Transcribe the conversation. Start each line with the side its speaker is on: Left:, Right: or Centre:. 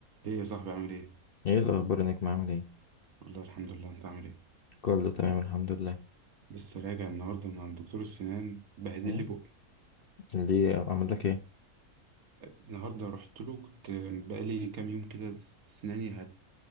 Right: ليه يا صاحبي عامل ايه؟
Left: ايه الاخبار يا نجم عامل ايه
Right: والله الحمد لله انت عامل ايه؟
Left: كله تمام الحمد لله
Right: لسه راجع النهارده من عند دكتور السنان بهدل
Left: مم.
Right: لي بقي
Left: ليه عمل لك ايه
Right: النهارده رحت له كنت بقالي كام يوم كده سناني هت...